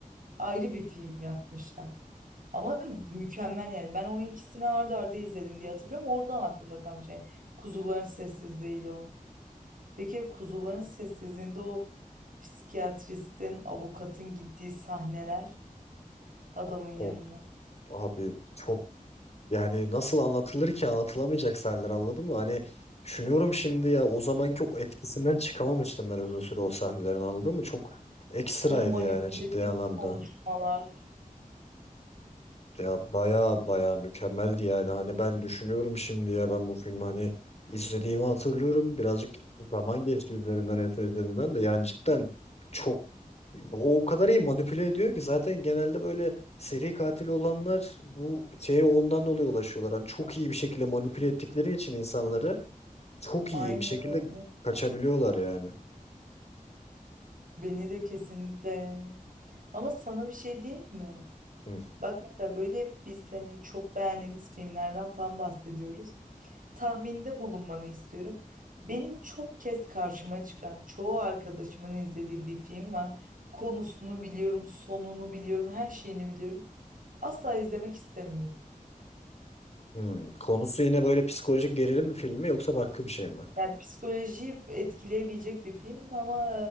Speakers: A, on the right (about 70°); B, on the left (about 50°).
A: ayrı bir film yapmışlar. Ama mükemmel yani. Ben o ikisini ardı arda izledim diye hatırlıyorum. Oradan aklımda kalmış yani. Kuzuların Sessizliği'yle o. Peki Kuzuların Sessizliği'nde o psikiyatristin, avukatın gittiği sahneler adamın yanına.
B: Çok, abi çok Yani nasıl anlatılır ki anlatılamayacak sahneler anladın mı? Hani düşünüyorum şimdi ya o zamanki o etkisinden çıkamamıştım ben uzun süre o sahnelerin anladın mı? Çok ekstraydı
A: O manipülatif
B: yani ciddi anlamda.
A: konuşmalar.
B: Ya baya baya mükemmeldi yani hani ben düşünüyorum şimdi ya ben bu filmi hani izlediğimi hatırlıyorum birazcık zaman geçti üzerinden en son izlediğimden de yani cidden çok o, o kadar iyi manipüle ediyor ki zaten genelde böyle seri katil olanlar bu şeye ondan dolayı ulaşıyorlar hani çok iyi bir şekilde manipüle ettikleri için insanları çok
A: Aynen.
B: iyi bir şekilde kaçabiliyorlar yani.
A: Beni de kesinlikle yani. Ama sana bir şey diyeyim mi?
B: Hı.
A: Bak mesela böyle hep biz hani çok beğendiğimiz filmlerden falan bahsediyoruz. Tahminde bulunmanı istiyorum. Benim çok kez karşıma çıkan çoğu arkadaşımın izlediği bir film var. Konusunu biliyorum, sonunu biliyorum, her şeyini biliyorum. Asla izlemek istemiyorum.
B: hı. Konusu yine böyle psikolojik gerilim mi filmi yoksa farklı bir şey mi?
A: Yani psikolojiyi etkileyebilecek bir film ama